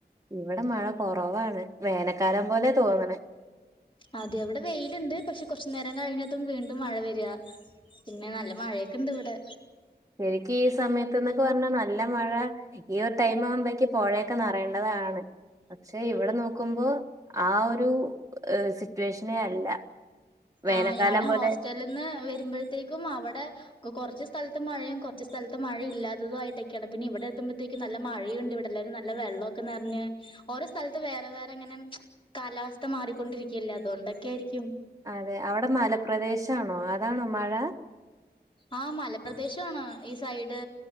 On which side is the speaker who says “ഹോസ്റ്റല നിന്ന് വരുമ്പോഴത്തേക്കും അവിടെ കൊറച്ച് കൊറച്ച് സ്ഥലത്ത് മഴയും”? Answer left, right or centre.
Left